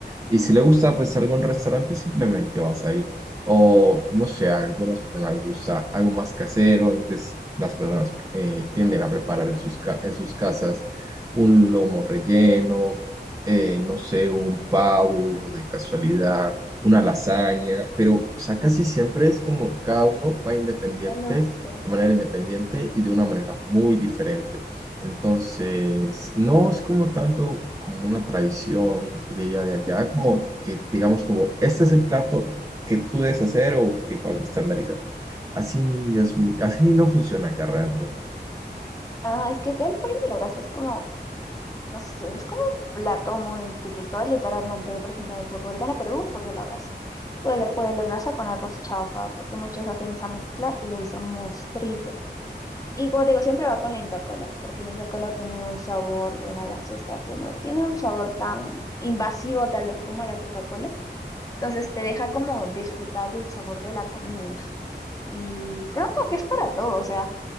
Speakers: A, on the right; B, on the left.
A: Y si le gusta, pues algún restaurante, simplemente vas ahí. O no sé, a algunas personas les gusta algo más casero, entonces las personas eh, tienden a preparar en sus, ca- en sus casas un lomo relleno, eh, no sé, un pavo de casualidad, una lasaña, pero o sea, casi siempre es como cada uno va independiente,
B: el osteo.
A: de manera independiente y de una manera muy diferente. Entonces, no es como tanto como una tradición, diría de allá,
B: <laughs>
A: como que digamos como este es el plato que tú debes hacer o tipo algo estandarizado. Así es muy- así no funciona acá realmente.
B: Ah, es que acá el pollo a la brasa es como No sé, es como un plato muy típico, literalmente. Por ejemplo, en el fútbol gana Perú, pollo a la brasa. Puede ser pollo a la brasa con arroz chaufa, porque muchos hacen esa mezcla y le dicen mostrito. Y como te digo, siempre va con la Inca Kola, porque la Inca Kola tiene un sabor de una gaseosa que no tiene un sabor tan invasivo, tal vez como la Coca-Cola. Entonces te deja como disfrutar del sabor de la comida. Y creo que, que es para todo, o sea.